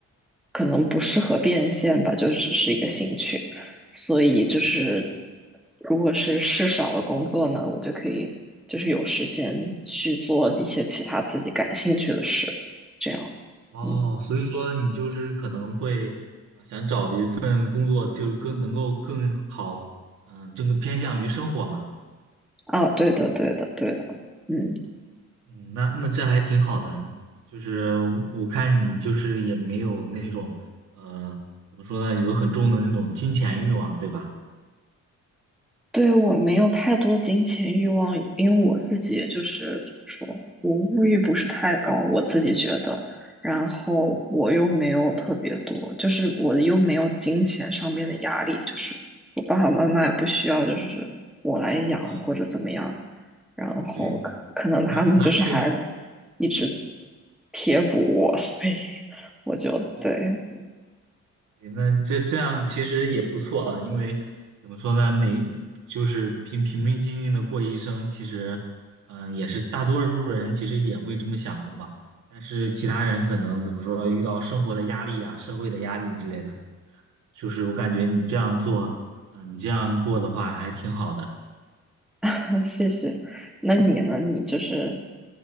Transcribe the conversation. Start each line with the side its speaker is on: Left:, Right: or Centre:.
Centre: 可能不适合变现吧，就是只是一个兴趣，所以就是如果是事少的工作呢，我就可以就是有时间去做一些其他自己感兴趣的事，这样，
Right: 哦，
Centre: 嗯，
Right: 所以说你就是可能会呃想找一份工作，就是更能够更好，嗯、就更偏向于生活嘛，
Centre: 啊，
Right: 对吧？
Centre: 对的，对的，对的，嗯。
Right: 嗯，那那这还挺好的，就是我我看你就是也没有那种呃，怎么说呢，有很重的那种金钱欲望，对吧？
Centre: 对，我没有太多金钱欲望，因为我自己就是怎么说，我物欲不是太高，我自己觉得，然后我又没有特别多，就是我又没有金钱上面的压力，就是我爸爸妈妈也不需要，就是我来养或者怎么样，
Right: 啊，
Centre: 然后可可能他们就是还
Right: 对，那那确，
Centre: 一直贴补我，所以我就对，
Right: 哦对，那这这样其实也不错啊，因为怎么说呢，每就是平平平静静的过一生，其实，嗯、也是大多数人其实也会这么想过嘛。但是其他人可能怎么说呢，遇到生活的压力啊、社会的压力之类的，就是我感觉你这样做，嗯、你这样过的话还挺好的。
Centre: <laughs> 谢谢。那你呢？你就是